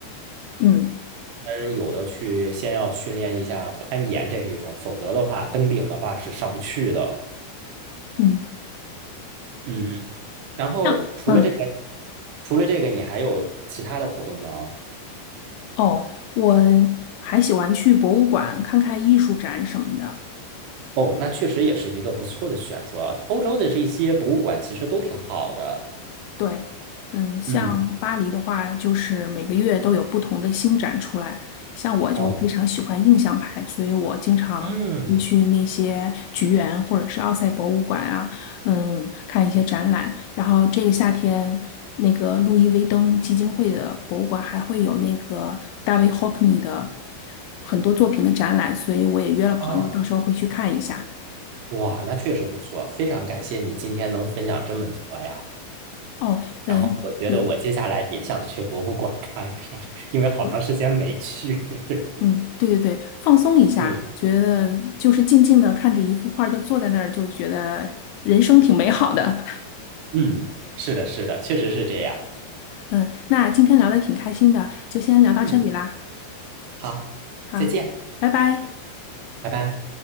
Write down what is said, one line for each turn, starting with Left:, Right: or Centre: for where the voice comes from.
Left: 嗯
Right: 他们有的去先要训练一下攀岩这一种，否则的话，登顶的话是上不去的。
Left: 嗯，
Right: 嗯。然后除了这个，
Left: 像嗯
Right: 除了这个，你还有其他的活动吗？
Left: 哦，我还喜欢去博物馆看看艺术展什么的。
Right: 哦，那确实也是一个不错的选择。欧洲的这些博物馆其实都挺好的。
Left: 对，嗯，像巴黎的话，
Right: 嗯，
Left: 就是每个月都有不同的新展出来。像我就非常喜欢印象派，
Right: 哦，
Left: 所以我经常会去那些橘园或者是奥赛博物馆啊，
Right: 嗯，
Left: 嗯，看一些展览。然后这个夏天，那个路易威登基金会的博物馆还会有那个大卫霍克尼的很多作品的展览，所以我也约了朋友，
Right: 啊，
Left: 到时候会去看一下。
Right: 哇，那确实不错，非常感谢你今天能分享这么多呀。
Left: 哦，嗯，
Right: 然后我觉得我接下来也想去博物馆看看，
Left: 有
Right: <laughs> 因为好长时间没去。
Left: 有。嗯，对对对，放松一下，
Right: <laughs> 嗯
Left: 觉得就是静静的看着一幅画儿就坐在那儿，就觉得人生挺美好的。
Right: 嗯，是的，是的，确实是这样。
Left: <laughs> 嗯，那今天聊的挺开心的，就先聊到这里啦。
Right: 嗯，好，
Left: 好，
Right: 再见，
Left: 拜拜。
Right: 拜拜。